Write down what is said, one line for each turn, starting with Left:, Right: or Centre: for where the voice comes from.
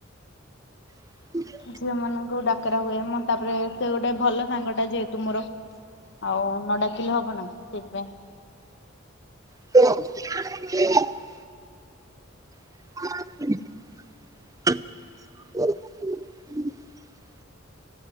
Right: <inaudible>
Left: ଝିଅ ମାନଙ୍କୁ ଡାକରା ହୁଏ ମୁଁ ତାପରେ ସେ ଗୋଟେ ଭଲ ସାଙ୍ଗ ଟା ଯେହେତୁ। ତୁମର ଆଉ ନ ଡାକିଲେ ହବ ନା ସେଇଥିପାଇଁ।
Right: <inaudible> <inaudible>